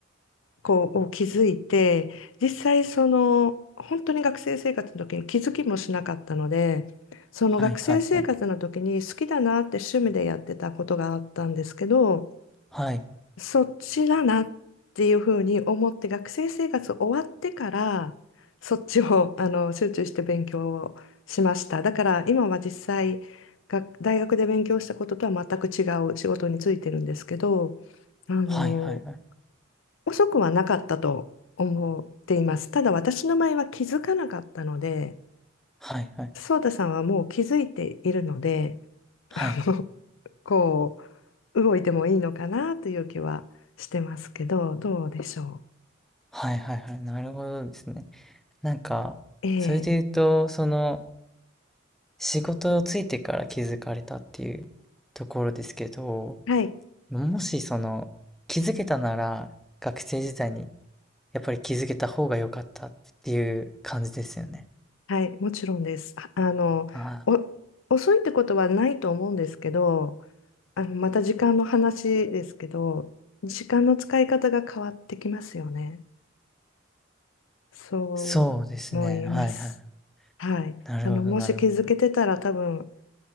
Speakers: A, on the left; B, in the centre.
A: こうを気づいて実際その本当に学生生活の時に気づきもしなかったのでその学生生活の時に好きだなって趣味でやってたことがあったんですけど
B: いはいはい。はい
A: そっちだなっていうふうに思って学生生活終わってからそっちをあの集中して勉強をしましただから今は実際学大学で勉強したこととは全く違う仕事についてるんですけどあの
B: はいはいはい。
A: 遅くはなかったと思っています。ただ私の場合は気づかなかったので、
B: はいはい
A: ソータさんはもう気づいているので、
B: はい。
A: <laughs> あの、こう、動いてもいいのかなという気はしてますけど、どうでしょ
B: はいはいはい。なるほどですね。なんか、
A: う。ええ、
B: それで言うと、その、仕事をついてから気づかれたっていうところですけど、
A: はい、
B: もしその気づけたなら学生時代にやっぱり気づけた方が良かったっていう感じですよね。
A: はい、もちろんです。ああの、
B: ああ、
A: お、遅いってことはないと思うんですけど、あの、また時間の話ですけど、時間の使い方が変わってきますよね。そう思います。
B: そうですね。はいはい。
A: はい。
B: なるほどなるほど。
A: あの、もし気づけてたら多分、